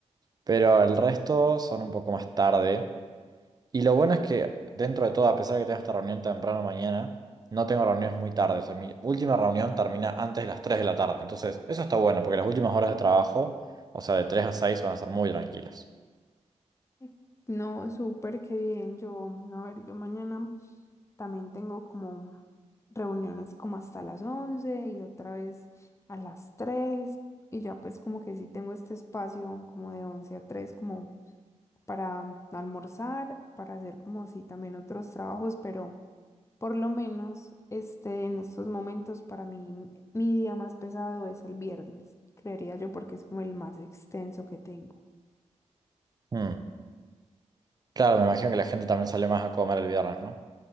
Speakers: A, on the right (about 35°); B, on the left (about 25°).
A: Pero el resto son un poco más tarde. Y lo bueno es que dentro de todo, a pesar de que tengo esta reunión temprano mañana, no tengo reuniones muy tarde. O sea, mi última reunión termina antes de las 3 de la tarde. Entonces, eso está bueno, porque las últimas horas de trabajo, o sea, de 3 a seis van a ser muy tranquilas.
B: Sí. No, súper, qué bien. Yo, a ver, yo mañana también tengo como reuniones como hasta las 11 y otra vez a las 3 y ya pues como que sí tengo este espacio como de 11 a 3 como para almorzar, para hacer como sí también otros trabajos, pero... Por lo menos, este, en estos momentos para mí, mi día más pesado es el viernes, creería yo, porque es como el más extenso que tengo.
A: Mm. Claro, me imagino que la gente también salió más a comer el viernes, ¿no?